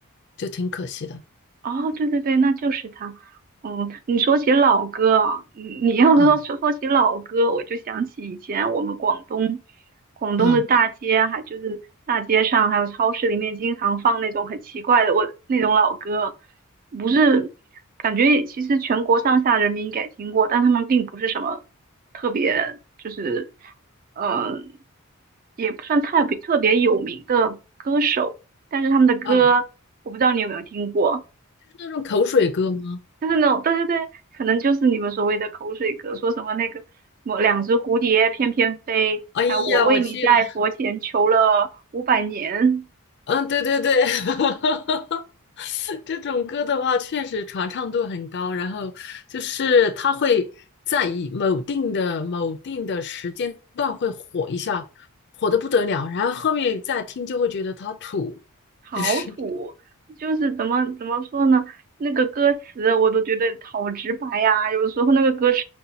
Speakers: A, on the left (about 50°); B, on the right (about 40°).
A: 就挺可惜的。
B: 哦，对对对，那就是他。哦，你说起老歌啊，你你要是说说说起老歌，
A: 嗯
B: 我就想起以前我们广东广东的大街，
A: 嗯
B: 还就是大街上还有超市里面经常放那种很奇怪的我那种老歌，不是感觉其实全国上下人民应该听过，但他们并不是什么特别，就是嗯也不算特别特别有名的歌手，但是他们的歌我不知道你有没有听过。
A: 嗯，是那种口水歌吗？
B: 就是那种，对对对，可能就是你们所谓的口水歌，说什么那个什么两只蝴蝶翩翩飞，
A: 哎呀，
B: 还有我为你在佛前求了五百年，
A: 我去！了。嗯，对对对，<laughs> 这种歌的话，确实传唱度很高。然后就是它会在以某定的某定的时间段会火一下，火的不得了。然后后面再听就会觉得它土，
B: 好土，
A: 就是
B: 就是怎么怎么说呢？那个歌词我都觉得好直白呀、有时候那个歌词